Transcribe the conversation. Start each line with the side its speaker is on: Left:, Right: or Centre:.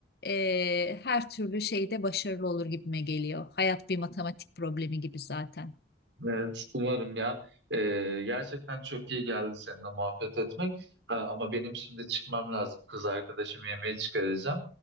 Left: e, her türlü şeyde başarılı olur gibime geliyor. Hayat bir matematik problemi gibi zaten.
Right: Evet, umarım ya. Ee, gerçekten çok iyi geldi seninle muhabbet etmek. Ha, ama benim şimdi çıkmam lazım. Kız arkadaşım yemeğe çıkaracağım.